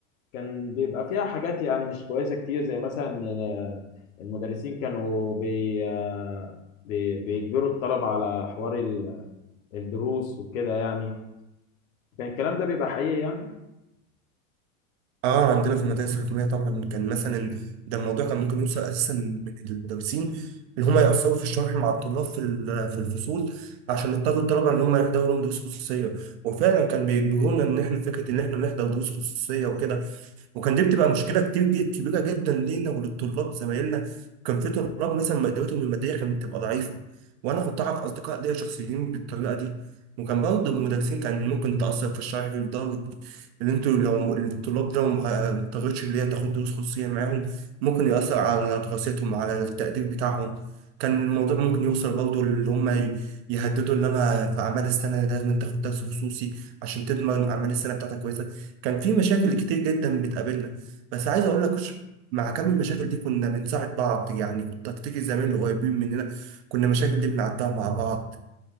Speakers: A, on the left; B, on the right.
A: كان بيبقى فيها حاجات يعني مش كويسة كتير زي مثلا آه، المدرسين كانوا بي آه، بي- بيجبروا الطلبة على حوار الدروس وكده يعني كان الكلام ده بيبقى حقيقي يعني
B: اه عندنا في المدارس الحكوميه طبعا كان مثلا ده الموضوع كان ممكن يوصل اساسا من المدرسين اللي هم يأثروا في الشرح مع الطلاب في ال- في الفصول عشان يضطروا الطلبه ان هم يحضروا لهم دروس خصوصيه وفعلا كان بيجبرونا ان احنا فكره ان احنا نحضر دروس خصوصيه وكده وكان دي بتبقى مشكله كتير ج- كبيره جدا لينا وللطلاب زمايلنا كان في طلاب مثلا مادتهم الماديه كانت بتبقى ضعيفه وانا كنت اعرف اصدقاء ليا شخصيين بالطريقه دي وكان برضه المدرسين كان ممكن تاثر في الشرح لدرجه ان انتوا لو الطلاب ده ما اضطرتش اللي هي تاخد دروس خصوصيه معاهم ممكن ياثر على دراستهم على التقدير بتاعهم كان الموضوع ممكن يوصل برضه اللي هم ي- يهددوا ان انا في اعمال السنه لازم تاخد درس خصوصي عشان تضمن اعمال السنه بتاعتك كويسه كان في مشاكل كتير جدا بتقابلنا بس عايز اقول لك ش- مع كم المشاكل دي كنا بنساعد بعض يعني كنت افتكر زمان اللي قريبين مننا كنا المشاكل دي بنعدها مع بعض